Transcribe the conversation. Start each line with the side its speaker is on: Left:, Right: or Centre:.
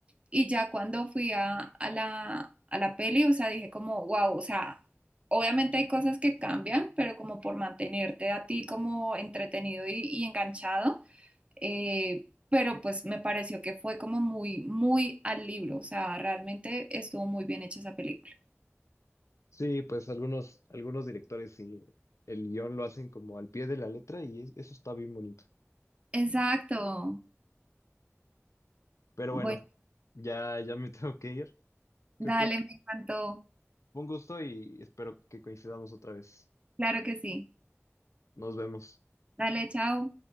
Right: Y ya cuando fui a, a la, a la peli, o sea, dije como, wow, o sea, obviamente hay cosas que cambian, pero como por mantenerte a ti como entretenido y, y enganchado, eh, pero pues me pareció que fue como muy, muy al libro, o sea, realmente estuvo muy bien hecha esa película.
Left: Sí, pues algunos, algunos directores sí, el guión lo hacen como al pie de la letra y es- eso está bien bonito.
Right: Exacto.
Left: Pero
Right: Bueno,
Left: bueno, ya, ya me <laughs> tengo que ir.
Right: dale,
Left: Creo que
Right: me encantó.
Left: fue un gusto y espero que coincidamos otra vez.
Right: Claro que sí.
Left: Nos vemos.
Right: Dale, chao.